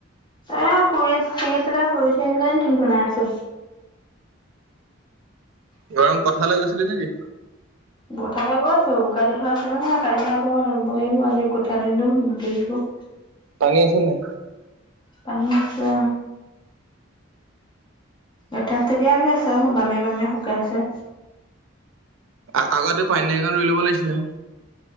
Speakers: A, on the left; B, on the right.
A: এ শুই আ, শুই আছিলে শুই উঠি আহিলে, থুন-থুনাই আছে।
B: গৰম পথাৰলে গৈছিলি নেকি?
A: পঠালৈ গৈছো বোকা দি থোৱা আছে নহয়, কাইলে আকৌ ৰুব লাগিব। আজি কঠীয়া দলো মাতি দিলো। <inaudible>
B: পানী আছে নাই?
A: পনী আছে। এথেপথেপীয়া হৈ আছে আৰু বামে-বামে শুকাই আছে।
B: আ-আগতে পানী নাই কন ৰুই ল'ব লাগিছিলে আকৌ।